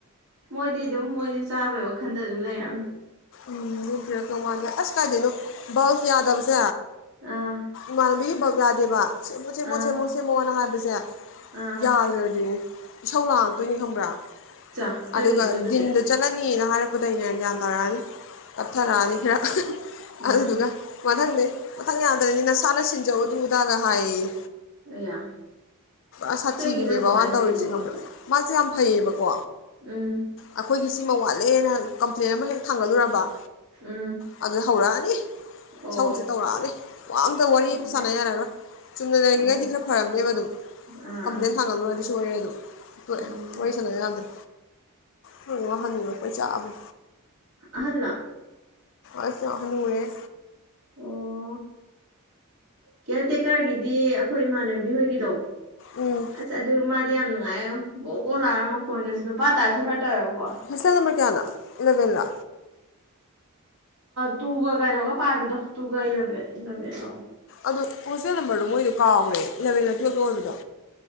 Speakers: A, on the right (about 55°); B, on the left (about 60°).
A: ꯃꯣꯏꯗꯤ ꯑꯗꯨꯝ ꯃꯣꯏꯗꯤ ꯆꯥꯕꯩ ꯋꯥꯈꯜꯗ ꯑꯗꯨꯝ ꯂꯩꯔꯝꯃꯦ
B: ꯎꯝ ꯎ ꯅꯣꯡꯉꯗꯦ ꯑꯁ ꯀꯥꯏꯗꯅꯣ ꯌꯥꯗꯕꯁꯦ
A: ꯑꯥ
B: ꯃꯔꯕꯤ ꯌꯥꯗꯕ ꯃꯊꯦ ꯃꯣꯊꯦ
A: ꯑꯥ
B: ꯃꯁꯦ ꯃꯣꯣꯟꯅ ꯍꯥꯏ ꯄꯖꯥ
A: ꯑꯥ
B: ꯌꯥꯗ ꯑꯣꯏꯗ ꯏꯁꯧ ꯂꯥꯡꯉꯛꯇꯣꯏꯅꯦ ꯈꯪꯕ꯭ꯔꯥ
A: ꯆꯥ ꯀꯩꯒꯤꯅꯣ
B: ꯑꯗꯨꯒ
A: ꯑꯗꯨꯗꯤ
B: ꯗꯤꯟꯗ ꯆꯠꯂꯅꯤꯅ ꯍꯥꯏꯔꯛꯄ ꯎꯗꯗꯝꯅꯦ ꯒꯌꯥ ꯀꯔꯜ ꯀꯞꯊꯔꯛꯑꯅꯤ ꯈꯔ
A: ꯃꯥ
B: ꯑꯗꯨꯗꯨꯒ ꯃꯊꯪꯗꯤ ꯃꯊꯪ ꯌꯥꯗꯕꯅꯤ ꯅꯁꯥꯅ ꯁꯤꯟꯖꯧ ꯑꯗꯨꯗꯥꯒ ꯍꯥꯏꯌꯦꯌꯦ
A: ꯑꯌꯥ
B: ꯑ ꯁꯥꯊꯤꯕꯤꯅꯦꯕ
A: ꯀꯩꯒꯤꯅꯣ ꯑꯗꯨꯃꯥꯏꯅ
B: ꯃꯥꯅ ꯇꯧꯔꯤꯁꯦ
A: ꯇꯧꯔꯤꯗꯨꯕꯣ
B: ꯈꯪꯕ ꯃꯥꯁꯦ ꯌꯥꯝ ꯐꯩꯌꯦꯕꯀꯣ
A: ꯎꯝ
B: ꯑꯩꯈꯣꯏꯒꯤ ꯁꯤꯃ ꯋꯥꯠꯂꯦꯅ ꯀꯝꯄ꯭ꯂꯦꯟ ꯑꯃ ꯍꯦꯛ ꯊꯥꯡꯒꯠꯂꯨꯔꯕ
A: ꯎꯝ
B: ꯑꯗꯨ ꯍꯧꯔꯛꯑꯅꯤ
A: ꯑꯣ
B: ꯁꯧꯁꯨ ꯇꯧꯔꯛꯑꯅꯤ ꯋꯥ ꯑꯝꯇ ꯋꯥꯔꯤ
A: ꯑꯣ
B: ꯑꯃꯝ ꯁꯥꯟꯅ ꯌꯥꯔꯔꯣꯏ ꯆꯨꯝꯅ ꯂꯩꯔꯤꯉꯩꯗꯤ
A: ꯑꯣ
B: ꯈꯔ ꯐꯔꯝꯅꯦꯕ ꯑꯗꯨꯝ
A: ꯑꯥ
B: ꯀꯝꯄ꯭ꯂꯦꯟ
A: ꯑꯥ
B: ꯁꯥꯡꯒꯗꯤ ꯆ ꯑꯗꯨ ꯑꯈꯣꯏ
A: ꯎꯝ
B: ꯋꯥꯔꯤ ꯁꯅ ꯌꯥꯗ꯭ꯔꯦ ꯍꯣꯏ ꯋꯥꯍꯟꯅꯤꯡꯉꯛꯄꯩ ꯆꯥꯛꯑꯕꯅꯤ
A: ꯑꯍꯜꯂꯣ
B: ꯑꯁ ꯑ ꯍꯅꯨꯔꯦꯍꯦ
A: ꯑꯣ ꯀꯦꯌꯥꯔ ꯇꯦꯛꯀꯔꯒꯤꯗꯤ ꯑꯩꯈꯣꯏ ꯏꯃꯥꯟꯅꯕꯤ ꯍꯣꯏꯒꯤꯗꯣ
B: ꯎꯝ
A: ꯑꯁ ꯑꯗꯨ ꯃꯥꯗꯤ ꯌꯥꯝ ꯅꯣ ꯉꯥꯏꯌꯦ ꯕꯣ ꯕꯣ ꯂꯥꯏꯔ ꯃꯈꯣꯏꯒꯁꯨ ꯅꯨꯄꯥ ꯇꯥꯏꯄꯁꯨ ꯈꯔ ꯇꯧꯋꯦꯕ
B: ꯍꯣꯁꯇꯦꯜ ꯅꯝꯕꯔ ꯀꯌꯥꯅꯣ ꯏꯂꯥꯕꯦꯟꯂꯣ
A: ꯇꯨꯒ ꯀꯩꯅꯣꯒ ꯄꯥꯏꯕꯗꯣ ꯇꯨꯒꯚꯦꯟ ꯏꯂꯚꯦꯟ ꯂꯣ
B: ꯑꯗꯨ ꯍꯣꯁꯇꯦꯜ ꯅꯝꯕꯔꯗꯣ ꯃꯣꯏꯗꯣ ꯀꯥꯎꯒ꯭ꯔꯦ ꯏꯂꯕꯦꯟꯂ ꯇꯨꯌꯦꯜꯞꯂ ꯑꯣꯏꯕꯗꯣ